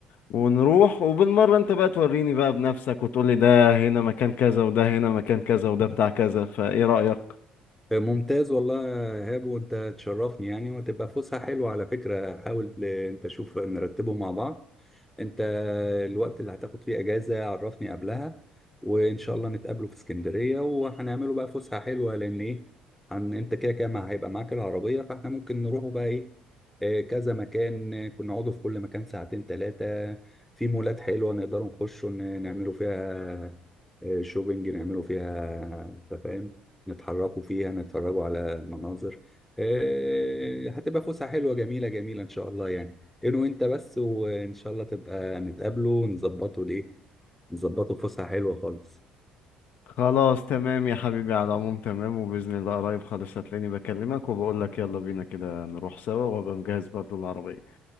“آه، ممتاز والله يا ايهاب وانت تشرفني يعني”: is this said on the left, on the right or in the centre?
Centre